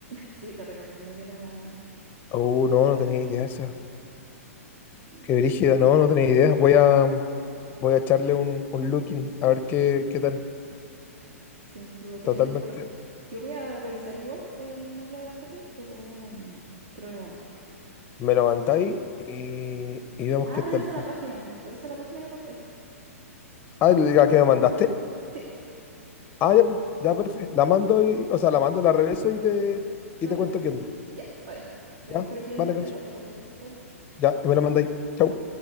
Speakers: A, on the right; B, on the left.
A: Sí, te recomiendo que la,
B: Oh, no,
A: que la
B: no
A: veas.
B: tenía idea esa.
A: Sí,
B: Qué brígido, no, no tenía idea. Voy a, voy a echarle un, un looking a ver qué, qué tal.
A: sin duda tiene
B: Totalmente.
A: que ser. Bueno, yo voy a revisar igual el nombre de la serie, te lo voy a man- te lo voy a mandar.
B: Me lo mandáis y, y vemos
A: Ah,
B: qué
A: revisa
B: tal. po.
A: la página, po. Revisa la página y me contáis.
B: Ah, ¿la que me mandaste?
A: Sí,
B: Ah, ya, pues, ya, perfecto. La mando y, o sea, la mando, la reviso y te,
A: me
B: y te
A: hablas.
B: cuento qué onda.
A: Ya, vale. Voy
B: Ya,
A: a buscar yo el
B: vale,
A: nombre
B: Canso.
A: de la otra cosa. Chau.
B: Ya, y me lo mandáis. Chau.